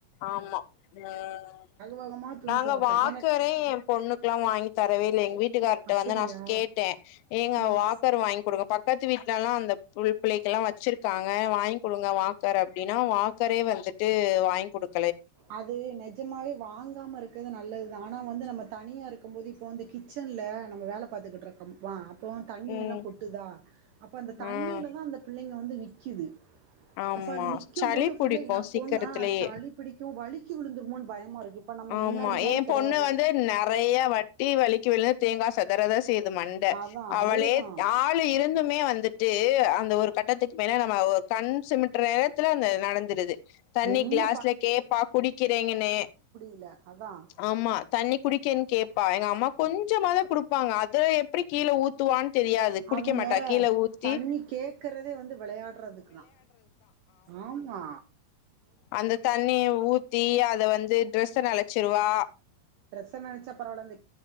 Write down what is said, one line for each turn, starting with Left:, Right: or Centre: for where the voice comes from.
Left: ஆமா ம்
Right: வேகமா துணி
Left: நாங்க
Right: துவைப்பேன்.
Left: வாக்கரே
Right: எனக்கு
Left: எ பொண்ணுக்குல்லா வாங்கி தரவெல்ல எங்கவீட் வீட்டுக்கார்ட
Right: அப்படியா?
Left: வந்து நா கேட்டேன் ஏங்க
Right: ம்.
Left: வாக்கர் வாங்கி குடுங்க பக்கத்து வீட் அந்த புள் பிள்ளைக்கெல்லாம் வச்சிருக்காங்க வாங்கி குடுங்க வாக்கர் அப்படின்னா வாக்கரே வந்துட்டு வாங்கிகுடுங்
Right: அது நெஜமாவே வாங்காம இருக்கது நல்லதுதான் ஆனா வந்து நம்ம தனியா இருக்கு போது இப்போ வந்து கிச்சன்ல நம்ம வேலை பார்த்துக்கிட்டு இருக்கோம்ப இப்போ தண்ணியெல்லாம்
Left: ம்
Right: கொட்டுதா அப்போ அந்த தண்ணியிலதா
Left: ம்
Right: அந்த பிள்ளைங்க வந்து வந்து நிக்கிது
Left: ஆமா
Right: அப்ப அது நிக்கும்போது
Left: சளி புடிக்கும்
Right: ஃபுல்லா என்
Left: சீக்கிரத்துலேயே
Right: பொண்ணு ஆ சளி பிடிக்கும் வலிக்கு விழுந்திருமோனு பயமா இருக்கு இப்ப நம்ம
Left: ஆமா
Right: முன்னாடி மாரி
Left: என்
Right: கெடையாது.
Left: பொண்ணு வந்து நிறைய வாட்டி வலிக்கு விழு தேங்கா சேதராத செய்தது மண்ட
Right: அதான்
Left: அவளே
Right: அதேதான்.
Left: ஆளு இருந்துமே வந்துட்டு அந்த ஒரு கட் கட்டத்துக்கு மேல நம்ம ஒரு கண் சிமிட்ர நேரத்துல அந்தஇது நடந்தது தண்ணி
Right: என்ன
Left: கிளாஸ்ல கேட்ப்பா குடிக்கிறேங்கன்னு
Right: இல்ல அதான்
Left: ஆமா தண்ணி குடிக்கேன்னு கேட்பா எங்க அம்மா கொஞ்சோ மாதா குடுப்பாங்க அத எப்படி கீழே ஊத்துவான்னு தெரியாது குடிக்க
Right: அவங்க
Left: மாட்டா கீழ ஊத்தி
Right: தண்ணி கேக்குறதே வந்து வெளையாடுறதுக்கு தான் ஆமா
Left: அந்த தண்ணிய ஊத்தி அ இத வந் து டிரெஸ்ஸ நலட்சுரூவா
Right: ட்ட நெனச்சா பரவால்ல இந்த